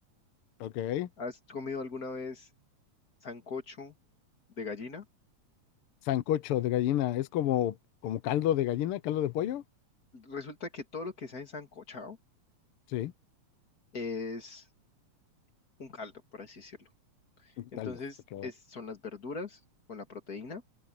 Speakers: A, on the left; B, on the left.
A: Ok.
B: ¿Has comido alguna vez? sancocho de gallina.
A: Sancocho de gallina, es como, como caldo de gallina, caldo de pollo.
B: Resulta que todo lo que sea ensancochado
A: Sí,
B: es un caldo, por así decirlo.
A: un
B: Entonces,
A: caldo. Ok.
B: es, son las verduras con la proteína,